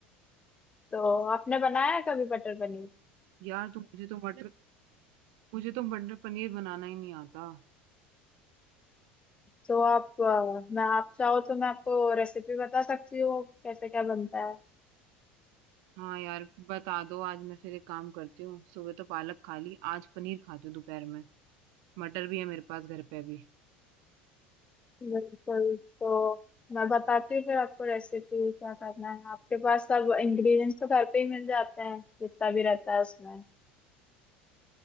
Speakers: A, on the left; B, on the right.
A: तो आपने बनाया है कभी बटर पनीर
B: यार तुम मुझे तो मटर मुझे तो मटर पनीर बनाना ही नहीं आता
A: तो आप अ, मैं आप चाहो तो मैं आपको रेसिपी बता सकती हूँ कैसे क्या बनता है
B: हाँ यार बता दो आज मैं फिर एक काम करती हूँ सुबह तो पालक खा ली आज पनीर खाती हूँ दोपहर में मटर भी है मेरे पास घर पे अभी
A: बिल्कुल तो मैं बताती हूँ फिर आपको रेसिपी क्या करना है आपके पास सब इंग्रेडिएंट्स तो घर पे ही मिल जाते हैं जितना भी रहता है उसमें